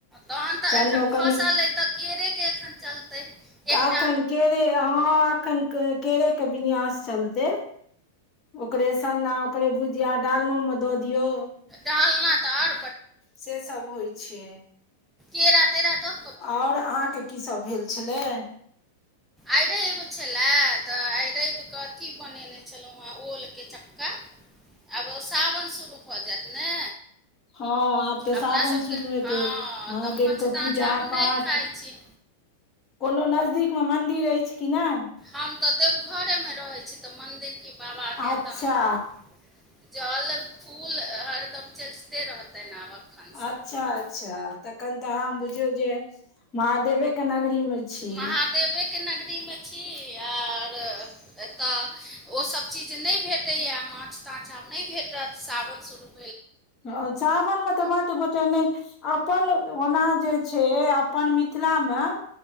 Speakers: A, in the centre; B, on the left (about 35°).
A: तहन तऽ
B: सन्नो
A: एखन
B: कनि
A: खसल अय तऽ केरे के एखन चलतै एक
B: एखन केरे हां। एखन के केरे के विन्यास चलतै, ओकरे सन्ना, ओकरे भु जिया डालनो मे दऽ दियौ।
A: डालना तऽ आर
B: से सब होय छै।
A: केरा-तेरा तऽ
B: और अहाँ के की सब भेल छलै?
A: आ रवि छला तऽ आ रविक के अथी बनेने छलहु। हँ ओलके चक्का आब ओ सावन शूरु भऽ जैत ने।
B: हँ आब तऽ
A: अपना
B: सावन
A: सभके
B: शुरू हेते
A: हँ
B: महादेव
A: तऽ माछ
B: के
A: ताछ
B: पूजा
A: आब
B: पाठ
A: नहि खाइ छी
B: कोनो नजदीक मे मन्दिर अइछ कि नहि।
A: हम तऽ देवघरे मे रहै छी तऽ मंन्दिर की बाबा के
B: अच्छा
A: तऽ हम जल फूल हरदम चढते रहतै ने आब। एखनसँ
B: अच्छा अच्छा तखन तऽ अहाँ बुझियौ जे महादेवे के नगरी मे छी
A: महादेवेके नगरीमे छी और एतऽ ओसभ चीज नहि भेटैया माछ ताछ आब नहि भेटत सावन सुरु
B: आ सावानमे तऽ बाड्ड गोटे नहि अपन ओना जे छै अपन मिथिलामे